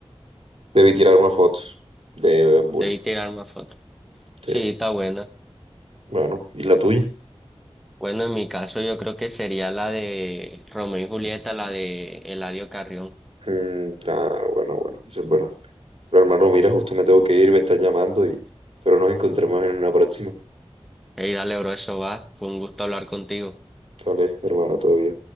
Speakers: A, on the right; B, in the centre.
A: Debí tirar una foto de Bad Bunny.
B: Debí tirar más fotos.
A: Sí.
B: Sí, está buena.
A: Bueno, ¿y la tuya?
B: Bueno, en mi caso yo creo que sería la de Romeo y Julieta, la de Eladio Carrión.
A: Mm, ah, bueno, bueno. Dice, bueno. Pero hermano, mira, justo me tengo que ir, me están llamando y... Pero nos encontremos en una próxima.
B: Hey, dale, bro, eso va. Fue un gusto hablar contigo.
A: Vale, hermano, todo bien.